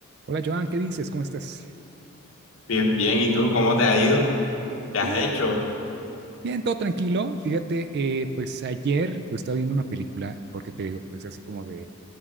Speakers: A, on the right (about 50°); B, on the left (about 65°).
A: Hola Joan, ¿qué dices? ¿Cómo estás?
B: Bien, bien. ¿Y tú cómo te ha ido? ¿Te
A: Bien,
B: has hecho?
A: bien, todo tranquilo. Fíjate, eh, pues ayer pues estaba viendo una película, porque te digo, pues así como de,